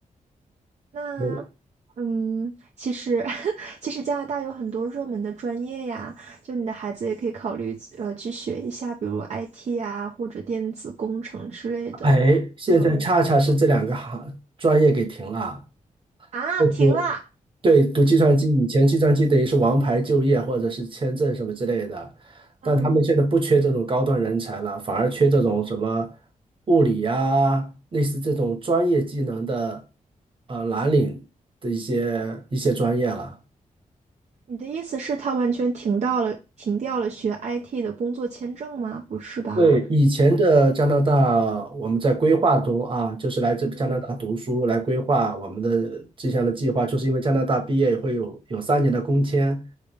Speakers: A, on the right (about 55°); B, on the right (about 40°).
A: 那，
B: 我
A: 嗯，其实 <laughs> 其实加拿大有很多热门的专业呀，就你的孩子也可以考虑呃去学一下，比如 IT 啊或者电子工程之类的。
B: 哎，现在恰恰是这两个行专业给停了。
A: 就啊，
B: 就是对读计算机，
A: 停啦，
B: 以前计算机等于是王牌就业或者是签证什么之类的，
A: 嗯，
B: 但他们现在不缺这种高端人才了，反而缺这种什么物理呀、类似这种专业技能的呃蓝领的一些一些专业了。
A: 你的意思是他完全停到了停掉了学 IT 的工作签证吗？不是吧？
B: 对，以前的加拿大，我们在规划中啊，就是来这加拿大读书，
A: 嗯
B: 来规划我们的这项的计划，就是因为加拿大毕业会有有三年的工签，